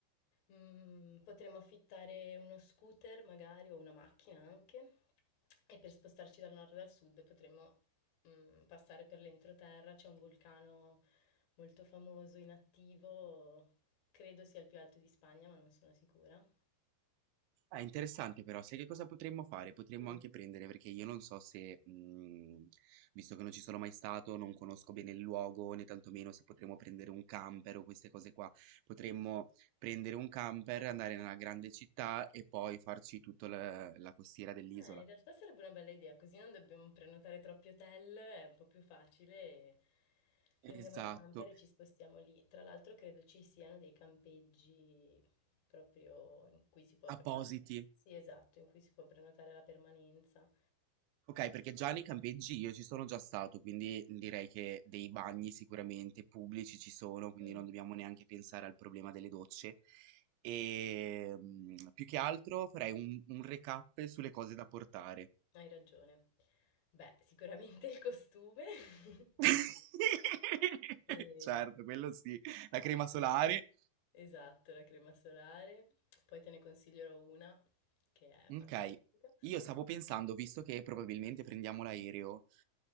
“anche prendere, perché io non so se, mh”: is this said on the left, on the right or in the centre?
Right